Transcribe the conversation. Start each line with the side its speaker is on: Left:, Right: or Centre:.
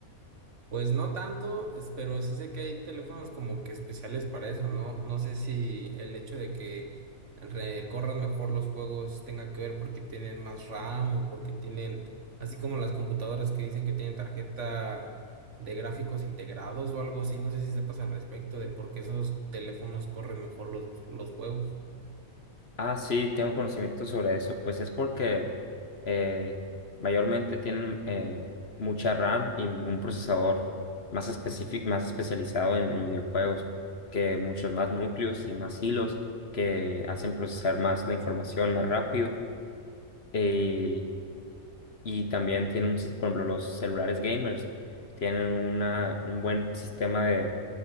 Right: Pues no tanto, es- pero sí sé que hay teléfonos como que especiales para eso, ¿no? No sé si el hecho de que recorran mejor los juegos tenga que ver porque tienen más RAM o porque tienen, así como las computadoras que dicen que tienen tarjeta de gráficos integrados o algo así, no sé si sepas al respecto de por qué esos teléfonos corren mejor los, los juegos.
Left: Ah, sí, tengo conocimiento sobre eso. Pues es porque eh, mayormente tienen eh, mucha RAM y un procesador más específico, más especializado en, en videojuegos, que muchos más núcleos y más hilos que hacen procesar más la información más rápido. Eh, y también tienen un, sis- por ejemplo, los celulares gamers tienen una, un buen sistema de,